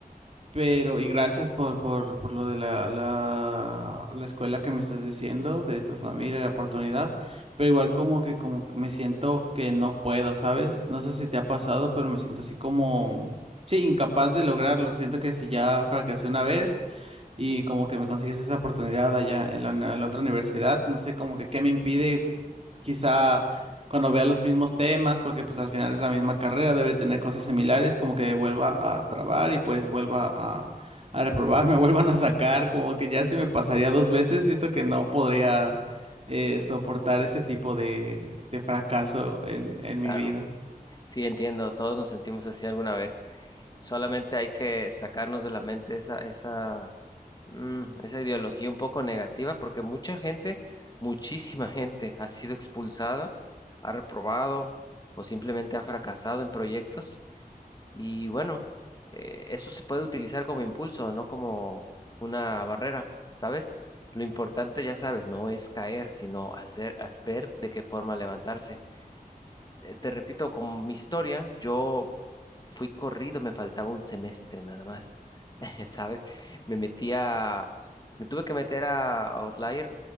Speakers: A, on the right; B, on the left.
A: Pero, y gracias por, por, por lo de la, la, la escuela que me estás diciendo, de tu familia, la oportunidad. Pero igual como que como que me siento que no puedo, ¿sabes? No sé si te ha pasado, pero me siento así como, sí, incapaz de lograrlo. Siento que si ya fracasé una vez y como que me consigues esa oportunidad allá en la, en la otra universidad, no sé, como que qué me impide quizá cuando vea los mismos temas, porque pues al final es la misma carrera, debe tener cosas similares, como que vuelva a trabar y pues vuelva a, a reprobar, <laughs> me vuelvan a sacar, como que ya si me pasaría dos veces, siento que no podría eh, soportar ese tipo de, de fracaso en, en
B: Claro.
A: mi vida.
B: Sí, entiendo, todos nos sentimos así alguna vez. Solamente hay que sacarnos de la mente esa, esa Mm, esa ideología un poco negativa, porque mucha gente, muchísima <laughs> gente ha sido expulsada, ha reprobado o simplemente ha fracasado en proyectos. Y bueno, eh, eso se puede utilizar como impulso, no como una barrera, ¿sabes? Lo importante, ya sabes, no es caer, sino hacer, haz- ver de qué forma levantarse. Eh, Te repito, con mi historia, yo fui corrido, me faltaba un semestre nada más, <laughs> ¿sabes? Me metí a, me tuve que meter a Outlier,